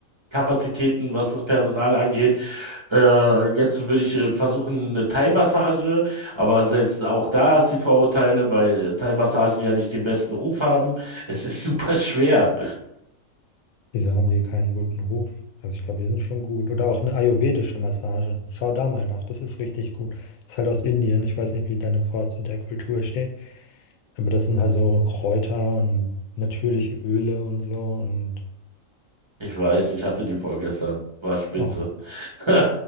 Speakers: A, on the right (about 25°); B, on the left (about 80°).
A: Kapazitäten, was das Personal angeht. Äh, jetzt würde ich äh, versuchen, eine Thai-Massage, aber selbst auch da hat sie Vorurteile, weil äh, Thai-Massagen ja nicht den besten Ruf haben. Es ist <laughs> super schwer.
B: Wieso haben die keinen guten Ruf? Also ich glaube, die sind schon gut. Oder auch eine ayurvedische Massage. Schau da mal nach, das ist richtig gut. Ist halt aus Indien. Ich weiß nicht, wie deine Frau zu der Kultur steht. Aber das sind halt so Kräuter und natürliche Öle und so. Und
A: Ich weiß, ich hatte die vorgestern. War spitze.
B: oh,
A: <laughs>